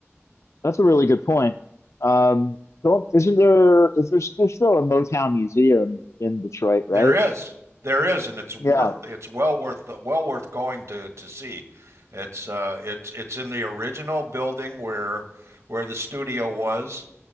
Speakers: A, on the left; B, on the right.
A: That's a really good point. Um, well, isn't there is there still still a Motown museum in Detroit, right?
B: There is, there is, and it's worth
A: Yeah.
B: it's well worth the well worth going to to see. It's uh it's it's in the original building where where the studio was